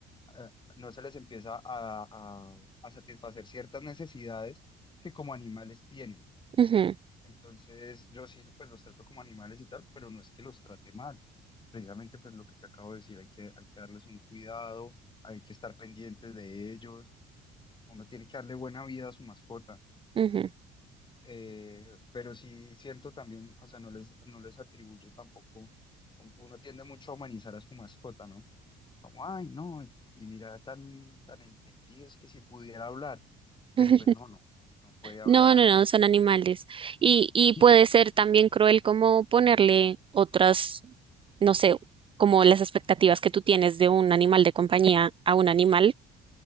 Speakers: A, on the left; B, on the right.
A: eh, no se les empieza a, a a satisfacer ciertas necesidades que como animales tienen.
B: ujú,
A: Entonces, yo sí, pues los trato como animales y tal, pero no es que los trate mal. Precisamente, pues lo que te acabo de decir, hay que, hay que darles un cuidado, hay que estar pendientes de ellos, uno tiene que darle buena vida a su mascota.
B: ujú,
A: Eh, pero sí siento también, o sea, no les, no les atribuyo tampoco, u- uno tiende mucho a humanizar a su mascota, ¿no? Como, ay, no, y y mira, tan, tan entendido, es que si pudiera hablar, pero
B: ujú.
A: pues no, no, no puede hablar.
B: No, no, no, son animales.
A: Entonces,
B: Y, y
A: <laughs> sí,
B: puede ser también cruel como ponerle otras, no sé, como las expectativas que tú tienes de un animal de compañía a un animal,